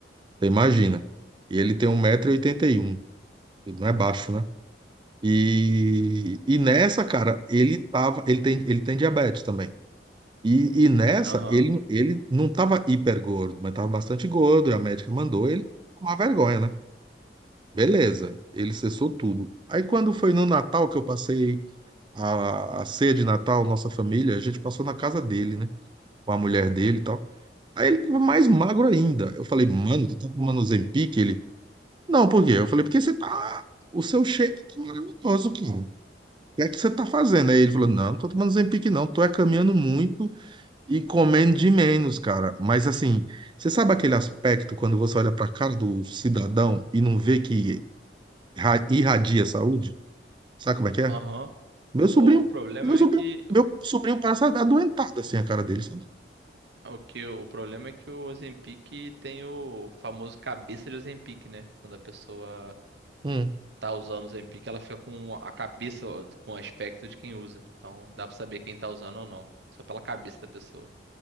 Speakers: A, on the right; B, on the right.
A: Você imagina.
B: Uhum.
A: E ele tem um 1,81m, ele não é baixo, né? E, e nessa, cara, ele tava, ele tem, ele tem diabetes também. E, e nessa,
B: Aham.
A: ele, ele não tava hiper gordo, mas tava bastante gordo, e a médica mandou ele tomar vergonha, né? Beleza, ele cessou tudo. Aí quando foi no Natal que eu passei a, a ceia de Natal, nossa família, a gente passou na casa dele, né? Com a mulher dele e tal. Aí ele tava mais magro ainda. Eu falei, mano, tu tá tomando Ozempic? Ele, não, por quê? Eu falei, porque você tá. O seu shake tá maravilhoso, cara. O que é que você tá fazendo? Aí ele falou, não, não tô tomando Ozempic, não. Tô é caminhando muito e comendo de menos, cara. Mas assim, você sabe aquele aspecto quando você olha pra cara do cidadão e não vê que irra- irradia saúde? Sabe como é que é?
B: Aham.
A: Meu sobrinho,
B: O, o problema
A: meu sobrinho,
B: é que
A: meu sobrinho passa adoentado assim a cara dele, sabe?
B: o que o problema é que o Ozempic tem o famoso cabeça de Ozempic, né? Quando a pessoa
A: Hum.
B: tá usando o Ozempic, ela fica com a cabeça com o aspecto de quem usa. Então dá pra saber quem tá usando ou não, só pela cabeça da pessoa.